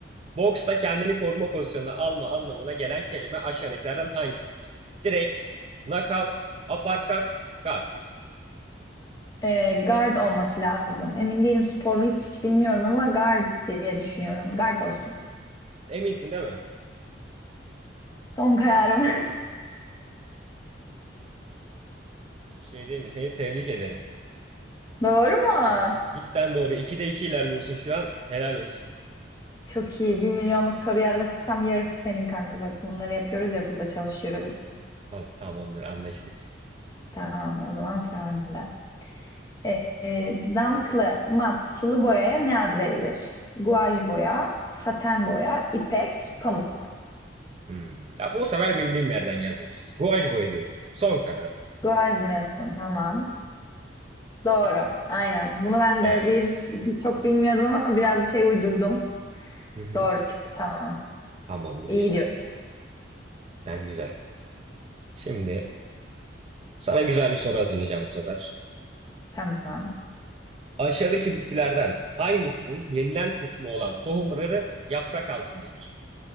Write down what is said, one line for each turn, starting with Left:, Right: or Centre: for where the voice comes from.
Right: Boksta kendini koruma pozisyonuna alma anlamına gelen kelime aşağıdakilerden hangisidir? Direkt, knockout, uppercut, guard.
Left: Ee, guard olması lazım. Emin değilim spor hiç bilmiyorum ama guard diye düşünüyorum. Guard olsun.
Right: Eminsin değil mi?
Left: Son kararım.
Right: Bir şey diyeyim mi? Seni tebrik ederim.
Left: <laughs> Doğru mu?
Right: Cidden doğru. 2'de 2 ilerliyorsun şu an. Helal olsun.
Left: Çok iyi. Bir milyonluk soruyu alırsam yarısı senin kanka. Bak bunları yapıyoruz ya burada çalışıyoruz.
Right: Tabii tamamdır anlaştık.
Left: Tamam o zaman sıra bende. Ee, e, zamklı, mat, sulu boyaya ne ad verilir? Guaj boya, saten boya, ipek, pamuk.
Right: Hmm. Ya bu sefer bildiğim yerden geldi açıkçası. Guaj boy diyorum. Son karar.
Left: Guaj mı diyorsun? Tamam. Doğru. Aynen. Bunu ben
Right: Evet.
Left: de bir çok bilmiyordum ama biraz şey uydurdum.
Right: Hı hı.
Left: Doğru çıktı. Tamam.
Right: Tamamdır
Left: İyi
Right: güzel.
Left: gidiyoruz.
Right: Cidden güzel. Şimdi sana güzel bir soru hazırlayacağım bu sefer.
Left: Tamam.
Right: Aşağıdaki bitkilerden hangisinin yenilen kısmı olan tohumları yaprak altındadır?